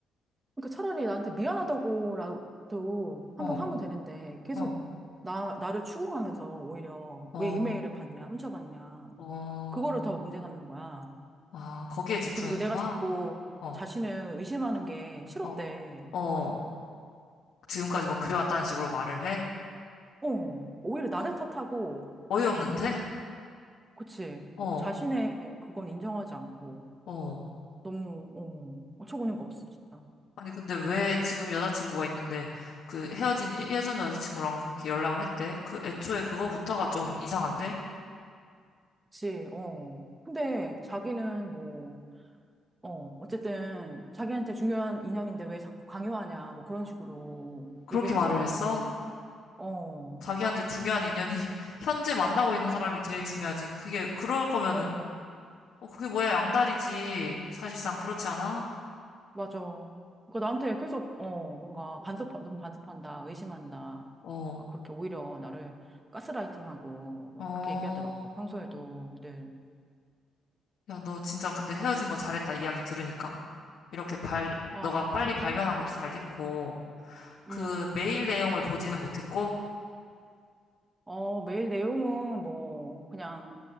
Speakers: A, on the right; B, on the left.
A: 그러니까 차라리 나한테 미안하다고라도 한번
B: 어,
A: 하면 되는데, 계속
B: 어,
A: 나, 나를 추궁하면서 오히려
B: 어,
A: 왜 이메일을 봤냐, 훔쳐봤냐,
B: 어,
A: 그거를 더 문제 삼는 거야.
B: 아, 거기에 집중했구만.
A: 그리고 내가 자꾸
B: 어.
A: 자신을 의심하는 게 싫었대.
B: 어, 어, 지금까지
A: 어,
B: 뭐 그래왔다는 식으로 말을 해?
A: 어, 오히려
B: 그,
A: 나를 탓하고,
B: 어이없는데?
A: 어, 그치.
B: 어,
A: 자신의 그건 인정하지 않고,
B: 어.
A: 너무, 어, 어처구니가 없어, 진짜.
B: 아니, 근데 왜 지금 여자친구가 있는데 그 헤어진 예- 예전 여자친구랑 그렇게 연락을 했대? 그 애초에 그거부터가 좀 이상한데?
A: 그치, 어. 근데 자기는 뭐, 어, 어쨌든 자기한테 중요한 인연인데 왜 자꾸 강요하냐, 뭐 그런 식으로
B: 그렇게
A: 얘기를
B: 말을
A: 했었거든.
B: 했어?
A: 어,
B: 자기한테 중요한 인연이 <laughs> 현재 만나고 있는
A: 어,
B: 사람이 제일 중요하지. 그게, 그럴 거면은,
A: 어,
B: 어, 그게 뭐야, 양다리지. 사실상 그렇지 않아?
A: 맞아. 그러니까 나한테 계속, 어, 뭔가 간섭, 너무 간섭한다, 의심한다.
B: 어,
A: 막 그렇게 오히려 나를 가스라이팅하고 막
B: 어.
A: 그렇게 얘기하더라고. 평소에도 늘.
B: 야, 너 진짜 근데 헤어진 거 잘했다 이야기 들으니까. 이렇게 발,
A: 아,
B: 너가 빨리
A: 진짜?
B: 발견한 것도 잘 됐고, 그
A: 음.
B: 메일 내용을 보지는 못했고,
A: 어, 메일 내용은 뭐, 그냥